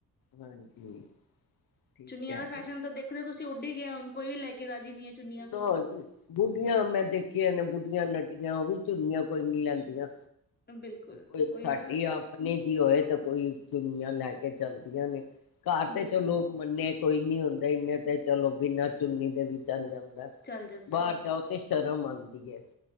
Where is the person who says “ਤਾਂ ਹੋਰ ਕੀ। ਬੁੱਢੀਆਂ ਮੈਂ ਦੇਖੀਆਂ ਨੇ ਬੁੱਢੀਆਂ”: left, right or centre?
Left